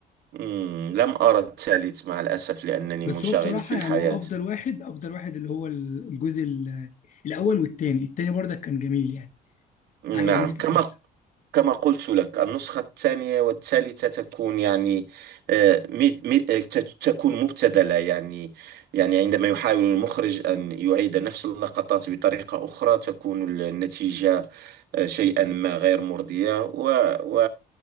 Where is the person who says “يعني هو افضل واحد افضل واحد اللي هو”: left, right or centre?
Left